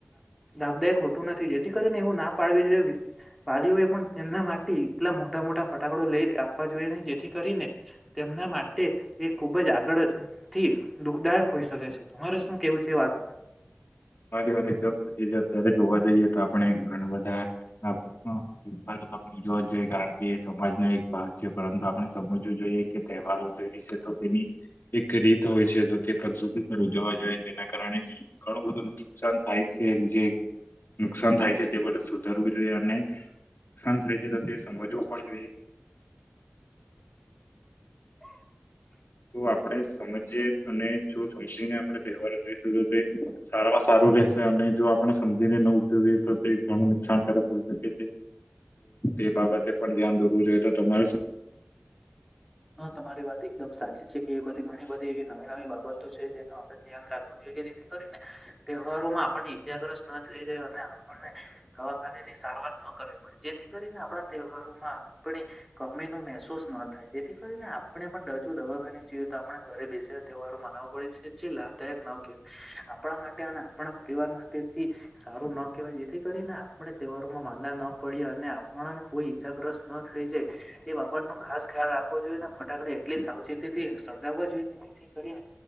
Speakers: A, in the centre; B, on the left.
A: લાભદાયક હોતું નથી. જેથી કરીને એવું ના પાડવી જોઈએ. વાલીઓ એ પણ તેમના માટે એટલા મોટા મોટા ફટાકડો લઈ આપવા જોઈએ નહી. જેથી કરીને એના માટે એ ખુબ જ આ થી દુઃખદાયક હોઈ શકે છે. તમારે શું કેવું છે વાતમાં?
B: મારી વાત એકદમ સતી છે. અત્યારે જોવા જઈએ તો આપ આપણે ઘણા બધા આપણે જોવા જોઈએ. કારણ કે સમાજનો એક ભાગ છે. પરંતુ આપણે સમજવું જોઈએ. કે તહેવારો જોઈએ છે. તો તેની એક રીત હોય છે. તો તે ઉજવા જોઈએ. તેના કારણે ઘણું બધું નુકસાન થાય છે જે નુકસાન થાય છે તે બધ સુધારવું જોઈએ. અને નુકસાન થઈ જ તો તે સમજવું પણ જોઈએ.
A: <inaudible>
B: તો આપણે સમજીયે અને જો સમજીને આપણે તહેવારો જોઈશું તો સારામાં સારું શે અને જો આપણે સમજીને ન ઉજજવીએ તો તે ઘણું નુકસાનકારક હોય શકે છે.
A: <inaudible>
B: એ બાબતે પણ ધ્યાન દોરવું જોઈએ તો તમારે
A: હા તમારી વાત એકદમ સાચી છે કે બધી ઘણી બધી એવી નવી નવી બાબતો છે જેનું આપડે ધ્યાન રાખવું જોઈએ જેથી કરીને તહેવારો માં આપણને ઈજાગ્રસ્ત ના થઈ જાય અને આપણને દવાખાનેની રહ ન કરવી પડે જેથી કરીને આપણા તહેવારોમાં આપણી ગમી ન મહેસૂસ ના થાય જેથી કરીને આપણે પણ ડજો દવાખાની જોઈએ તો આપણે ઘરે બેસેલા તહેવારો મનાવવા પડે છે જે લાભદાયક આપ માટે અને આપણા પરિવાર માટેથી સારું ન કહેવાય જેથી કરીને આપણે ત્યો હાર માં માંદા ન પડ્યા અને આપણાને કોઈ ઈજાગ્રસ્ત ન થઈ જાય તે બાપાણ નો ખાસ ખ્યાલ જોઈને ફટાકડા એટલી સાવચેતી સળગાવવા જોઈએ કરીને